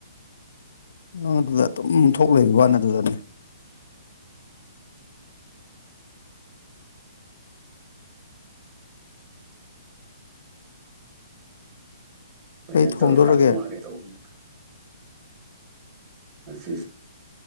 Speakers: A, on the left (about 60°); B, on the right (about 30°).
A: ꯑꯉꯥꯡ ꯑꯗꯨꯗ ꯑꯗꯨꯝ ꯊꯣꯛꯂꯕ ꯋꯥꯅ ꯑꯗꯨꯗꯅꯦ
B: ꯑꯩꯅ
A: ꯀꯩ ꯊꯣꯡꯗꯣꯔꯒꯦ
B: ꯇꯧꯔ ꯌꯥꯗꯧ ꯃꯥꯜꯂꯦ ꯇꯧꯕꯗ ꯉꯁ